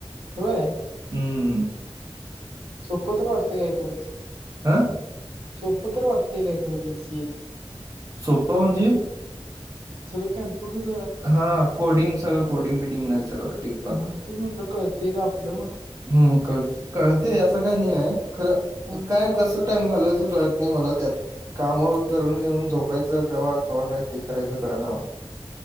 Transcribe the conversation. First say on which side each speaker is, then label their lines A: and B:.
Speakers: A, on the right; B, on the right.
A: होय.
B: हम्म.
A: सोप तर वाटतंय काय खरं ते?
B: हां?
A: सोपं तर वाटतंय काय खरं बीसीए ती?
B: सोपं म्हणजे?
A: सगळं कॅम्पुटरच
B: हा कोडिंग सगळं कोडिंग बिडिंग नाही सगळं ठीक बाबा.
A: हम्म तेच म्हटलं कळतंय काय आपलं म्हटलं?
B: हम्म कळ-कळतेय असं काय नाहीये. खरं
A: हा
B: काय कसं टाइम घालवायचं कळत नाही मला त्यात. काम करून येऊन झोपायचं कवा कवा काय ते करायचं कळना मला.